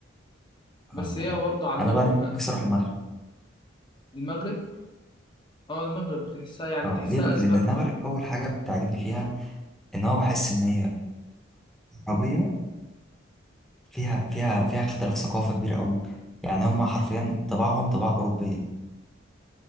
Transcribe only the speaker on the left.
بس
هي برضه عندهم
المغرب اه المغرب تحسها يعني
تحسها
أسبق